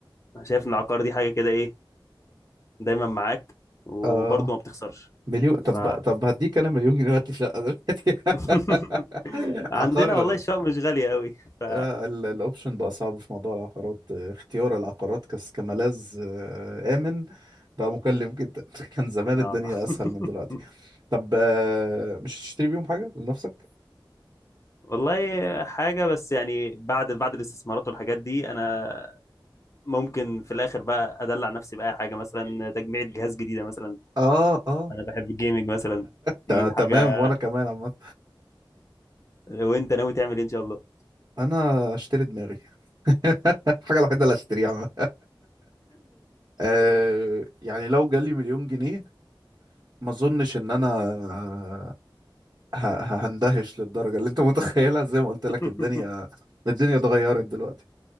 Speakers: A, on the left; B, on the right.
A: آه، شايف ان العقار دي حاجه كده ايه دايما معاك وبرضه
B: آه
A: ما بتخسرش
B: مليون طب
A: ف
B: طب هديك انا مليون جنيه وهات لي شقة دلوقتي
A: <laughs>
B: <laughs>
A: عندنا
B: عقار
A: والله الشقق مش غاليه قوي ف
B: آه، ال- الاوبشن بقى صعب في موضوع العقارات آه، اختيار العقارات كس- كملاذ آه، آمن بقى مكلف جدا <laughs> كان زمان الدنيا
A: آه.
B: اسهل
A: <laughs>
B: من دلوقتي طب آه، مش هتشتري بيهم حاجة لنفسك؟
A: والله حاجه بس يعني بعد بعد الاستثمارات والحاجات دي انا ممكن في الاخر بقى ادلع نفسي باي حاجه مثلا تجميع جهاز جديده مثلا
B: <laughs> اه اه
A: انا بحب الجيمنج مثلا دي
B: تا- تمام
A: حاجه
B: وانا كمان عامة
A: وانت ناوي تعمل ايه ان شاء الله
B: انا اشتري دماغي <laughs> الحاجة الوحيدة اللي هشتريها <laughs> عامة. آه، يعني لو جالي مليون جنيه ما اظنش ان انا آه، ه- هندهش للدرجة اللي انت متخيلها زي ما قلت لك
A: <laughs>
B: الدنيا الدنيا اتغيرت دلوقتي